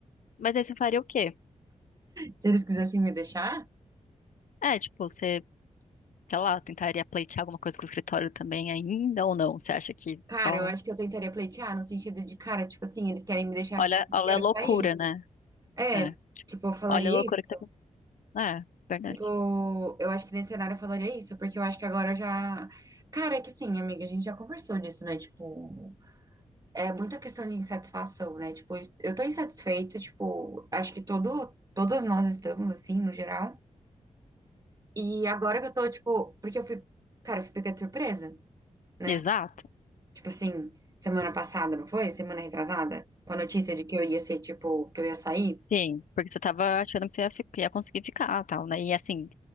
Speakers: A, on the left (about 75°); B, on the right (about 25°).
A: Mas aí você faria o quê?
B: Se eles quisessem me deixar,
A: É, tipo, você, sei lá, tentaria pleitear alguma coisa com o escritório também ainda ou não? Você acha que
B: cara,
A: só.
B: eu acho que eu tentaria pleitear, no sentido de, cara, tipo assim, eles querem me deixar
A: Olha,
B: aqui, eu
A: olha
B: quero
A: a loucura,
B: sair.
A: né?
B: É,
A: É.
B: tipo, eu falaria
A: Olha a loucura
B: isso.
A: que tá acontecendo. É, verdade.
B: Tipo, eu acho que nesse cenário eu falaria isso, porque eu acho que agora eu já. Cara, é que sim, amiga, a gente já conversou disso, né? Tipo, é muita questão de insatisfação, né? Tipo, eu tô insatisfeita, tipo, acho que todo, todas nós estamos, assim, no geral. E agora que eu tô, tipo, porque eu fui, cara, eu fui pega de surpresa, né?
A: Exato.
B: Tipo assim, semana passada, não foi? Semana retrasada, com a notícia de que eu ia ser, tipo, que eu ia sair.
A: Sim, porque você tava achando que você ia, fi- ia conseguir ficar, tal, né? E assim,